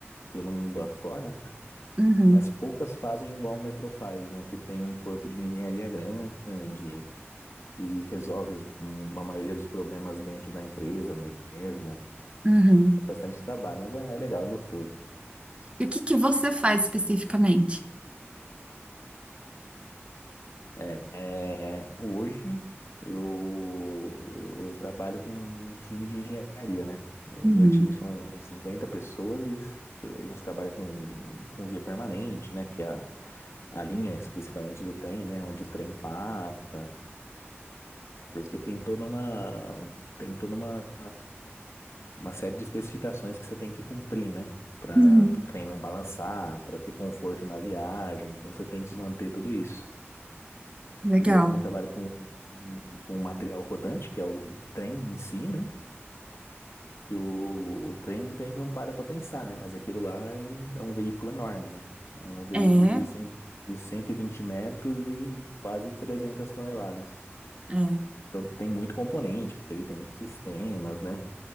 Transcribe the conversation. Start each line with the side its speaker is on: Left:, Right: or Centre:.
Left: pelo mundo afora,
Right: Uhum,
Left: mas poucas fazem igual o metrô faz, né? Que tem um corpo de engenharia grande e resolve hum, a maioria dos problemas dentro da empresa mesmo.
Right: uhum.
Left: É bastante trabalho, mas é, é legal, é gostoso.
Right: E o que que você faz especificamente?
Left: É, é, hoje eu, eu, eu trabalho com um time de engenharia, né? O
Right: Uhum,
Left: meu time são 50 pessoas e a gente trabalha com, com via permanente, né? Que é a, a linha especificamente do trem, né? Onde o trem passa, porque tem toda uma, tem toda uma, uma série de especificações que você tem que cumprir, né? Para
Right: uhum,
Left: o trem não balançar, para ter conforto na viagem, então você tem que manter tudo isso.
Right: legal.
Left: E eu também trabalho com, um, com um material rodante, que é o trem em si, né? Que o, o trem muita gente não para pra pensar, né? Mas aquilo lá é um, é um veículo enorme, né? É um veículo
Right: É.
Left: de, cem, de 120 metros e quase 300 toneladas.
Right: É.
Left: Então tem muito componente, ele tem muitos sistemas, né?